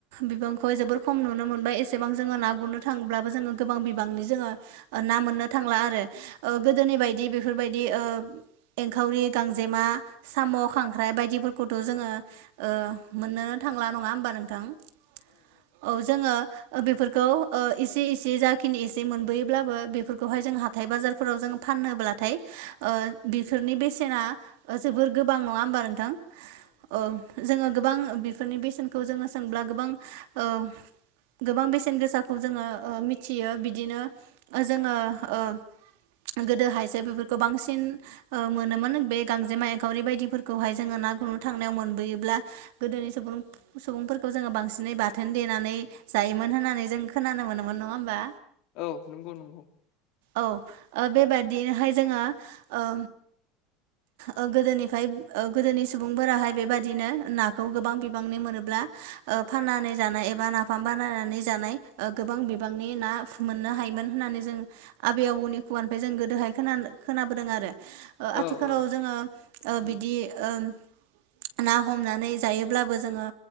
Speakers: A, on the right; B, on the left.
A: बिबांखौ जोबोर खम नुनो मोनबाय एसेबां जोङो ना गुरनो थाङोब्लाबो जोङो गोबां बिबांनि जोङो ना मोननो थांला आरो ओ गोदोनि बायदि बेफोरबायदि ओ एंखावरि गांजेमा साम' खांख्राइ बायदिफोरखौथ' जोङो ओ मोननोनो थांला नङा होमबा नोंथां औ जोङो ओ बेफोरखौ ओ इसे इसे जाखिनि इसे मोनबोयोब्लाबो बेफोरखौहाय जोंहा हाथाय बाजारफोराव जोङो फाननो ब्लाथाय ओ बिफोरनि बेसेना ओ जोबोर गोबां नङा होमबा नोंथां औ ओ जोङो गोबां बेफोरनि बेसेन खौ जोङो सोंब्ला गोबां ओ गोबां बेसेन गोसाखौ जोङो ओ मिथियो बिदिनो जोङो ओ गोदोहायसो बेफोरखौ बांसिन ओ मोनोमोन बे गांजेमा एखावरि बायदिफोरखौहाय जोङो ना गुरनो थांनायाव मोनबोयोब्ला। गोदोनि सुबुं सुबुंफोरखौ जोङो बांसिनै बाथोन देनानै जायोमोन होननानै जों खोनानो मोनोमोन नङा होमबा?
B: औ नंगौ नंगौ।
A: औ ओ बेबादिनोहाय जोङो ओ ओ गोदोनिफाय ओ गोदोनि सुबुंफोराहाय बेबादिनो नाखौ गोबां बिबांनि। ब्ला ओ फाननानै जानाय एबा नाफाम बानायनानै जानाय ओ गोबां बिबांनि ना मोननो हायोमोन होननानै जोंङो आबै आबौनि खुगानिफ्राय जों गोदोहाय खोना खोनाबोदों आरो। ओ आथिखालाव
B: औ औ
A: जोङो ओ
B: नंगौ
A: बिदि ओम ओ ना हमनानै जायोब्लाबो जोङो